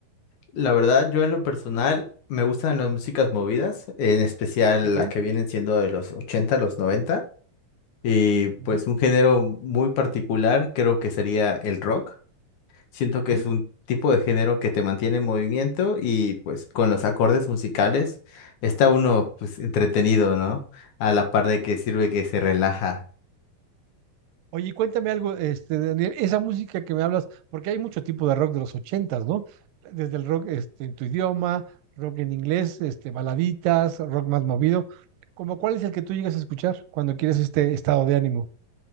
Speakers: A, on the left; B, on the right.
A: La verdad, yo en lo personal me gustan las músicas movidas, en especial
B: ¿Ok?
A: las que vienen siendo de los 80, los noventa, Y
B: ujú,
A: pues un género muy particular creo que sería el rock. Siento
B: ¿Ok?
A: que es un tipo de género que te mantiene en movimiento y pues con los acordes musicales está uno pues entretenido, ¿no? A la par de que sirve que se relaja.
B: Oye, cuéntame algo, este, Daniel, esa música que me hablas, porque hay mucho tipo de rock de los ochentas, ¿no? Desde el rock este, en tu idioma, rock en inglés, este, baladitas, rock más movido. ¿Cómo cuál es el que tú llegas a escuchar cuando quieres este estado de ánimo?